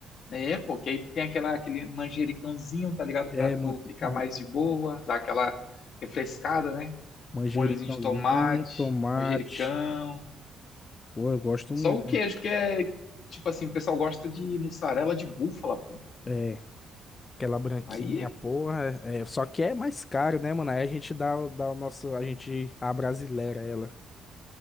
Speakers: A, on the left; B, on the left.
A: É, pô, que aí tem aquela, aquele manjericãozinho, tá ligado?
B: É,
A: Pra tu
B: man,
A: ficar
B: man-
A: mais de boa, dar aquela refrescada, né?
B: manjericãozinho,
A: Um Molhozinho de tomate,
B: tomate.
A: manjericão.
B: Pô, eu gosto
A: Só
B: muito,
A: o queijo
B: mano.
A: que é, tipo assim, o pessoal gosta de mussarela de búfala, pô.
B: É, aquela branquinha,
A: Aí
B: porra. É, é, só que é mais caro, né, mano? Aí a gente dá, o- dá o nosso, a gente, a brasileira, ela.